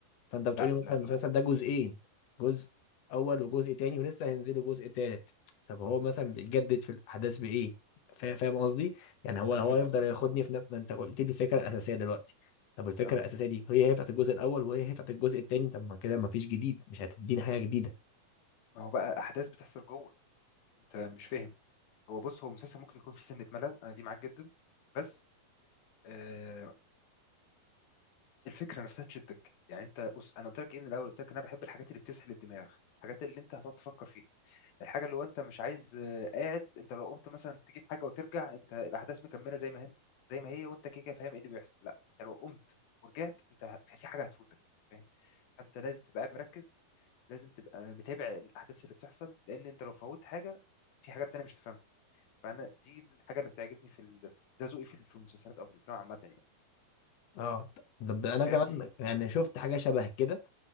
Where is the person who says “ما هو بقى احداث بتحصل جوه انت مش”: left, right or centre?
Left